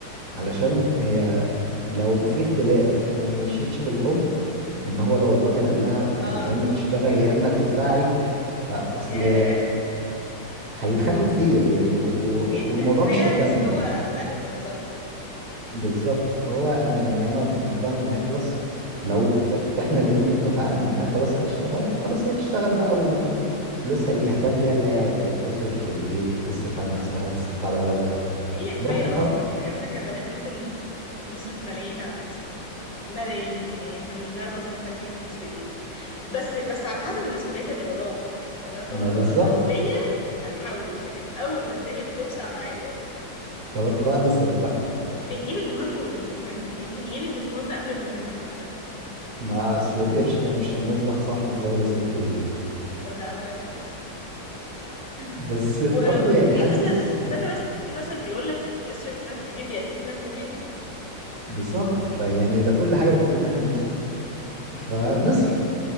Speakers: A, on the right (about 80°); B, on the left (about 40°).
A: علشان هي لو في اختلاف وما مشيتش بالحب ان هو لو الراجل قال لها فانت
B: اه
A: يا
B: تبقى
A: اما تشتغلي
B: مشكلة
A: يا اما تدفعي فاصل
B: ياه
A: هيتخانقوا كتير يعني و...
B: جدا
A: والموضوع
B: وهي
A: مش هيكمل
B: هتحس ان هو اقل من نظرها عامة
A: بالظبط فهو انا يعني انا مقتنع ان هي خلاص لو احنا الاتنين اتفقنا ان هي خلاص هتشتغل فخلاص هي تشتغل بقى وفلوسها ليها تعمل بيها اللي هي عايزاه تصرف في البيت تصرف على نفسها تصرف على اولادها
B: هي كفاية
A: براحتها
B: اصلا
A: بقى
B: يعني احنا كبنات ممكن نصرف ملايين على نفسنا ملايين يعني احنا مش بنعرف اصلا نخلي فيه فلوس في ايدينا بس بس على حسب المسؤوليات اللي ورانا يعني احنا كبنات برضو
A: ما
B: لو
A: بالظبط
B: ورانا مسؤولية هنحوش لكن اول ما الدنيا بتوسع معانا
A: خلاص
B: بص
A: بقى نصرف بقى
B: بنجيب المهم واللي مش مهم ويمكن نجيب اللي مش مهم قبل المهم حتى
A: ما اصل القرش لو مش هينزه صاحبه فهو لازمته ايه
B: تصدق عندك حق
A: بس برضه
B: و-
A: يعني
B: وفي
A: حاسس
B: مثل استنى بس في مثل بيقول لك اصرف ما في الجيب يأتيك ما في الغيب
A: بالظبط فيعني ده كل حاجة بتقول ان احنا نصرف فنصرف